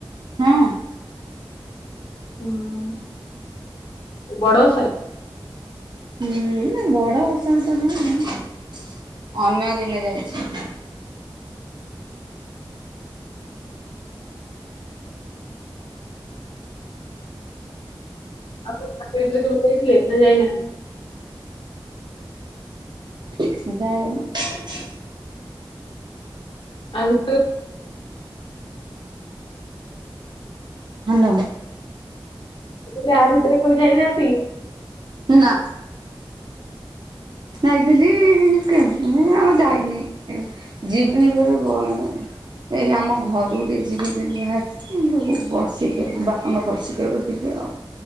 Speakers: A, on the right; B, on the left.
A: ହଁ।
B: ଓ ବଡ଼ ଓଷା
A: ହୁଁ ନା ବଡ ଓଷାରେ ତ ଯାଇନି। ଅନ୍ୟ ଦିନେ ଯାଇଛି।
B: ଆଉ <unintelligible> କେବେ ଯାଇଥିଲେ ନା ଯାଇ ନାହାଁନ୍ତି?
A: ଯାଏ
B: ଆଉ ତ
A: ହ୍ୟାଲୋ।
B: ମୁଁ କହିଲି ଆ ଭିତରେ କେବେ ଯାଇନାହାନ୍ତି?
A: ନା। ଯାଇଥିଲି କେବେ ଆଉ ଯାଇନି ଏ ଯିବି ବୋଲି ବ ଏ ଏ ଆମ ଘରୁକୁ ଟିକେ ଯିବି ବୋଲି ଭାରିଚି କିନ୍ତୁ ବର୍ଷିକିଆକୁ ବାପାଙ୍କ ବର୍ଷିକିଆକୁ ଯିବି ଆଉ।